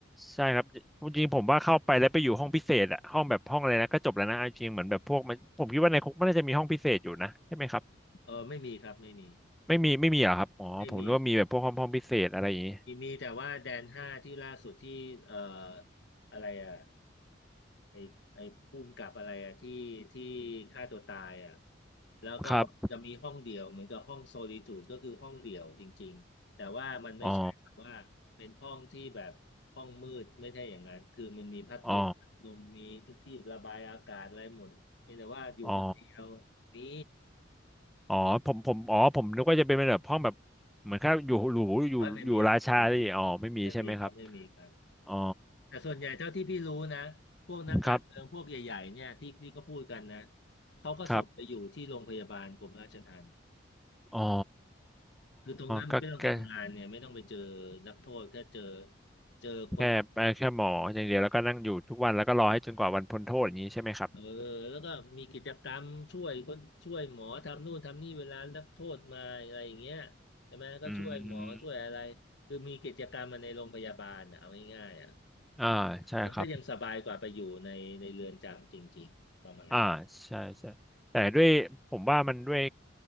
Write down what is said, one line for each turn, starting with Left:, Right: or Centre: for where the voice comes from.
Centre: ใช่ครับจริงๆผมว่าเข้าไปแล้วไปอยู่ห้องพิเศษอะห้องแบบห้องอะไรนะก็จบแล้วนะเอาจริงเหมือนแบบพวกมันผมคิดว่าในคุกมันน่าจะมีห้องพิเศษอยู่นะใช่ไหมครับ
Left: เออไม่มีครับไม่มี
Centre: ไม่มีไม่มีเหรอครับอ๋อผมนึกว่ามีแบบพวกห้องห้องพิเศษอะไรอย่างนี้
Left: ไม่มีมีมีแต่ว่าแดนห้าที่ล่าสุดที่เอ่ออะไรอ่ะ ไอ้ไอ้ภูมิกับอะไรอะที่ที่ฆ่าตัวตายอะแล้วก็จะมีห้องเดี่ยวเหมือนกับห้องโซลิจูดก็คือห้องเดี่ยวจริงๆแต่ว่ามันไม่ใช่แบบว่าเป็นห้องที่แบบห้องมืดไม่ใช่อย่างนั้นคือมันมีพัดลมพัดลมมีทุกที่ระบายอากาศอะไรหมดเพียงแต่ว่าอยู่คนเดียว
Centre: ครับ อ๋ออ๋ออ๋อ
Left: นี่
Centre: อ๋อผมผมอ๋อผมนึกว่าจะเป็นแบบห้องแบบเหมือนแค่อยู่หรูอยู่อยู่ราชาดิอ๋อไม่มีใช่ไหมครับ
Left: เฮ้ยไม่มีไม่มีไม่มีครับไม่มีครับ
Centre: อ๋อ
Left: แต่ส่วนใหญ่เท่าที่พี่รู้นะพวกนักการเมืองพวกใหญ่ๆเนี่ยที่ที่ก็พูดกันนะ
Centre: ครับ
Left: เขาก็ส่งไปอยู่ที่โรงพยาบาลกรมราชทัณฑ์
Centre: ครับอ๋อ
Left: คือตรงนั้นมันไม่ต้องทำงานเนี่ยไม่ต้องไปเจอ
Centre: ก็แค่
Left: นักโทษแค่เจอเจอคน
Centre: แค่เอ่อแค่หมออย่างเดียวแล้วก็นั่งอยู่ทุกวันแล้วก็รอให้จนกว่าวันพ้นโทษอย่างนี้ใช่ไหมครับ
Left: เออแล้วก็มีกิจกรรมช่วยคนช่วยหมอทำนู่นทำนี่เวลานักโทษมาอะไรอย่างเงี้ยใช่ไหมก็ช่วยหมอช่วยอะไร
Centre: อืม
Left: คือมีกิจกรรมมาในโรงพยาบาลนะเอาง่ายๆอ่ะ
Centre: อ่าใช่ครับ
Left: มันก็ยังสบายกว่าไปอยู่ในในเรือนจำจริงๆประมาณนั้น
Centre: อ่าใช่ใช่แต่ด้วยผมว่ามันด้วย